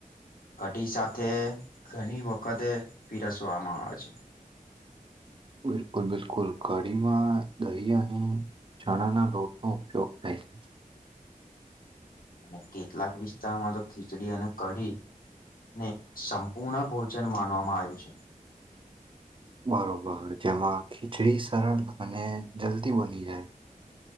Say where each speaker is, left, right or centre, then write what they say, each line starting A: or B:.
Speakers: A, on the left; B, on the right.
A: કઢી સાથે ઘણી વખતે પીરસવામાં આવે છે
B: બિલકુલ બિલકુલ કડીમાં દહી અને ચણા ના લોટ નો ઉપયોગ થાય <inaudible>
A: અને કેટલાક વિસ્તારમાં તો ખીચડી અને કઢી ને સંપૂર્ણ ભોજન માનવામાં આવ્યું છે.
B: બરોબર જેમાં ખીચડી સરળ અને જલ્દી બની જાય